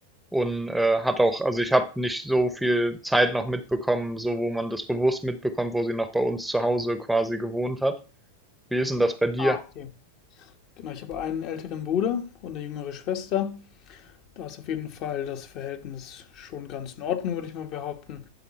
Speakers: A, in the centre; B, on the left.
A: und äh, hat auch, also ich habe nicht so viel Zeit noch mitbekommen, so wo man das bewusst mitbekommt, wo sie noch bei uns zu Hause quasi gewohnt hat. Wie ist denn das bei dir?
B: Ah, okay. Genau, ich habe einen älteren Bruder und eine jüngere Schwester. Da ist auf jeden Fall das Verhältnis schon ganz in Ordnung, würde ich mal behaupten.